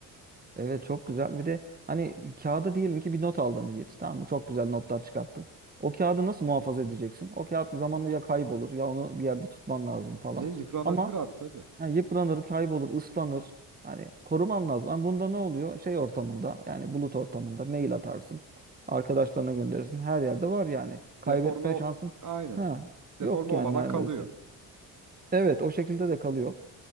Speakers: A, on the right (about 20°); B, on the right (about 45°).
A: Evet çok güzel. Bir de hani kağıda diyelim ki bir not aldın Yiğit. Tamam mı? Çok güzel notlar çıkarttın. O kağıdı nasıl muhafaza edeceksin? O kağıt zamanla ya kaybolur ya onu bir yerde tutman lazım falan.
B: E, yıpranabilir
A: Ama
B: abi tabii.
A: yani yıpranır, kaybolur, ıslanır. Hani koruman lazım. Ama bunda ne oluyor? Şey ortamında yani bulut ortamında mail atarsın. Arkadaşlarına gönderirsin. Her yerde var yani.
B: Deforme
A: Kaybetme
B: ol...
A: şansın
B: Aynen.
A: ha,
B: Deforme
A: yok
B: olmadan
A: yani neredeyse.
B: kalıyor.
A: Evet o şekilde de kalıyor.